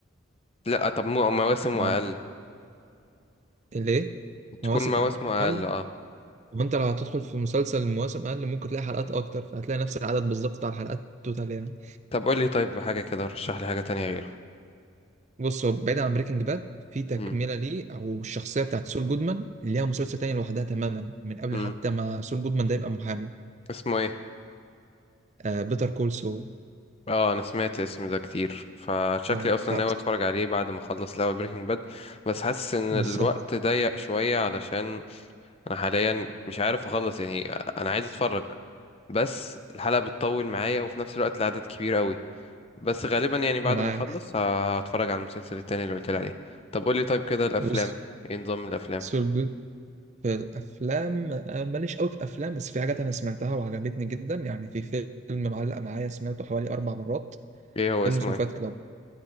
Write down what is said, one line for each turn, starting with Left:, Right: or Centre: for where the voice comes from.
Left: لا طب مو- مواسمه
Right: آه
Left: أقل
Right: ليه؟
Left: تكون
Right: مواسم
Left: مواسمه
Right: أق- أقل
Left: أقل اه
Right: وأنت لو هتدخل في مسلسل مواسم أقل ممكن تلاقي حلقات أكتر فهتلاقي نفس العدد بالظبط بتاع الحلقات توتال يعني
Left: طب قول لي طيب حاجة كده رشح لي حاجة تانية غيره
Right: بص هو بعيد عن بريكنج باد في تكملة
Left: مم.
Right: ليه أو الشخصية بتاعت سول جودمان ليها مسلسل تاني لوحدها تماما من قبل
Left: مم.
Right: حتى ما سول جودمان ده يبقى محامي
Left: اسمه ايه
Right: آه بيتر كول سول
Left: اه انا سمعت اسم ده كتير فشكلي
Right: آه
Left: اصلا
Right: ف
Left: ناوي اتفرج عليه بعد ما اخلص الاول بريكنج باد بس حاسس ان
Right: بالظبط
Left: الوقت ضيق شوية علشان انا حاليا مش عارف اخلص يعني انا عايز اتفرج بس الحلقة بتطول معايا وفي نفس الوقت العدد كبير قوي بس غالبا يعني بعد
Right: ما أنا
Left: ما اخلص
Right: عارف
Left: هتفرج على المسلسل التاني اللي قلت لي عليه طب قول لي طيب كده الافلام
Right: بص
Left: ايه نظام الافلام
Right: سول جود في الافلام آه، ماليش قوي في افلام بس في حاجات انا سمعتها وعجبتني جدا يعني في فيلم معلق معايا سمعته حوالي اربع مرات
Left: ايه هو
Right: فيلم
Left: اسمه
Right: اسمه
Left: ايه
Right: فايت كلاب